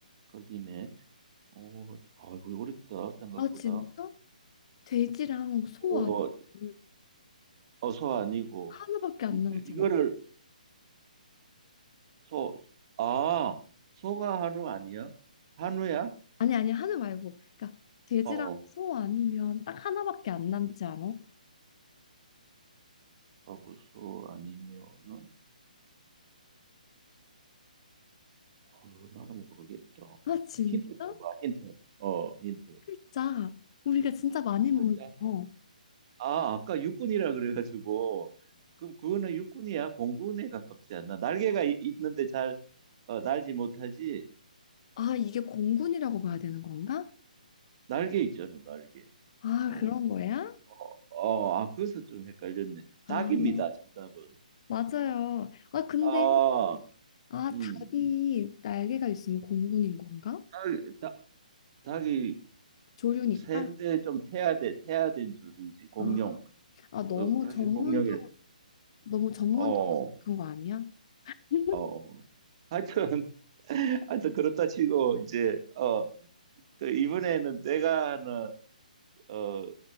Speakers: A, on the right; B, on the left.
A: 걸리네. 어, 아이고 어렵다 생각보다.
B: 아 진짜? 돼지랑 소
A: 어,
B: 아니면
A: 어, 소 아니고
B: 하나밖에 안
A: 이,
B: 남았잖아.
A: 이거를 소, 아, 소가 한우 아니야? 한우야?
B: 아니 아니 하나 말고, 그러니까 돼지랑
A: 어.
B: 소 아니면 딱 하나밖에 안 남지 않아?
A: 돼지하고서 아니면은 어, 나는 모르겠다.
B: 아 진짜?
A: 힌트 줘봐. 힌트. 어 힌트.
B: 진짜 우리가 진짜 많이
A: 한
B: 모여서
A: 글자. 아 아까 육군이라 그래가지고 그럼 그거는 육군이야? 공군에 가깝지 않나? 날개가 이- 있는데 잘 어, 날지 못하지?
B: 아 이게 공군이라고 봐야 되는 건가?
A: 날개 있잖아 날개.
B: 아
A: 어,
B: 그런 거야?
A: 어, 어, 아, 그래서 좀 헷갈렸네. 닭입니다,
B: 아
A: 정답은.
B: 맞아요. 아 근데
A: 아,
B: 아
A: 음.
B: 닭이 날개가 있으면 공군인 건가?
A: 닭, 닭, 닭이
B: 조류니까.
A: 그 샌데 좀 태아 돼, 태아된 조류지, 공룡.
B: 아, 아, 너무
A: 어, 자기
B: 전문적으로
A: 공룡이
B: 너무 전문적인
A: 어, 어.
B: 거 아니야? <laughs>
A: 어. 하여튼 <laughs> 하여튼 그렇다 치고 이제 어, 그 이번에는 내가 하나 어